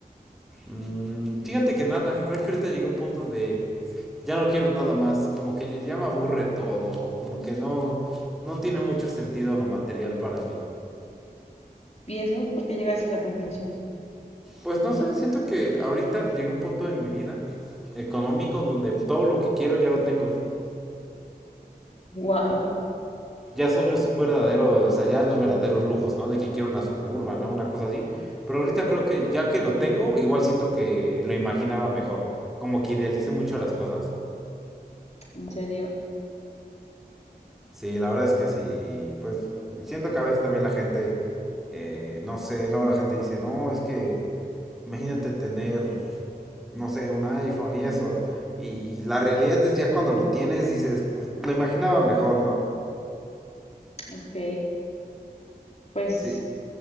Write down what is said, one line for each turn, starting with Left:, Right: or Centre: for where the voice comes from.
Centre: Mm, fíjate que nada, creo que ahorita llegué a un punto donde ya no quiero nada más, como que ya me aburre todo, como que no, no tiene mucho sentido lo material para mí.
Left: ¿Y eso? ¿Por qué llegaste a esa conclusión?
Centre: Pues no sé, siento que ahorita llegué a un punto en mi vida económico donde todo lo que quiero ya lo tengo.
Left: Wow,
Centre: ya solo es un verdadero, o sea, ya los verdaderos lujos, ¿no? De que quiero una suburban, ¿no? Una cosa así. Pero ahorita creo que ya que lo tengo, igual siento que lo imaginaba mejor. Como que idealicé mucho las cosas.
Left: en serio.
Centre: Sí, la verdad es que sí, pues siento que a veces también la gente, eh, no sé, luego la gente dice, no, es que imagínate tener, no sé, un iPhone y eso. Y la realidad es ya cuando lo tienes, dices, pues, lo imaginaba mejor, ¿no?
Left: Ok, pues
Centre: Sí,